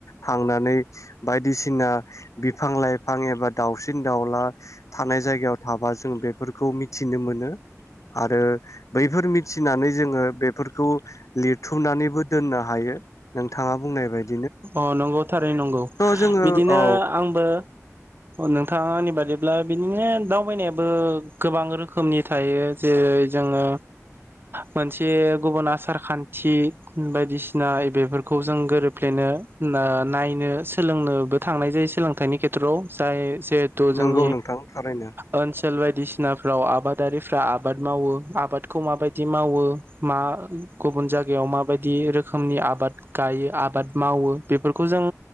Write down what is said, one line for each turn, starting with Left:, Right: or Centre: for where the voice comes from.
Left: थांनानै बायदिसिना बिफां लाइफ हां एबा दाउसिन दाउला थानाय जायगायाव थाबा जों बेफोरखौ मिथिनो मोनो आरो बैफोर मिथि फिनानै जोङो बेफोरखौ लिरथुमनानैबो दोननो हायो हायो नोंथाङा बुंनाय बायदि
Right: अ नंगौ थारै नंगौ
Left: जोङो
Right: बिदिनो
Left: औ
Right: आंबो नोंथाङनि बादिब्ला बिदिनो दावबायनायाबो गोबां रोखोमनि थायो जेरै जोङो मोनसे गुबुन आसार खान्थि थि बायदिसिना बेफोरखौ जों बेनो नायनो सोलोंनोबो थांनाय जायो सोलोंथाइनि खेथ्रआव जाय जिहेथु जोंनि
Left: नंगौ नोंथां थारैनो
Right: ओनसो ओनसोल बायदिसिनाफ्राव आबादारिफ्रा आबाद मावो आबादखौ माबायदि मावो मा गुबुन जायगायाव माबायदि रोखोमनि आबाद गायो आबाद मावो बेफोरखौ जों